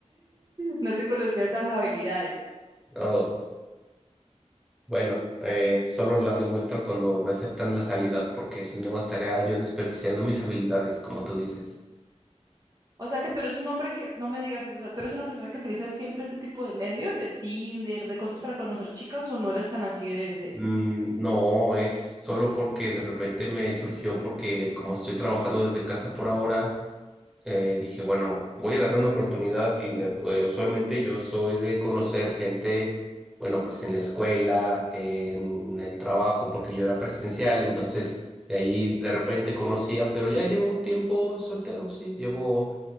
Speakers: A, on the right; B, in the centre.
A: No te conocía esas habilidades.
B: Oh, bueno, eh, solo las demuestro cuando me aceptan las salidas, porque si no estaría yo desperdiciando mis habilidades, como tú dices.
A: O sea que tú eres un hombre que, no me digas eso, o sea, tú eres una persona que utiliza siempre este tipo de medios, de Tinder, de cosas para conocer chicas, o no eres tan así de, de-
B: Mm, no, es solo porque de repente me surgió, porque como estoy trabajando desde casa por ahora. eh, dije, bueno, voy a darle una oportunidad a Tinder. Eh, usualmente yo soy de conocer gente, bueno, pues en la escuela, en el trabajo, porque yo era presencial, entonces de ahí de repente conocía, pero ya llevo un tiempo soltero, sí, llevo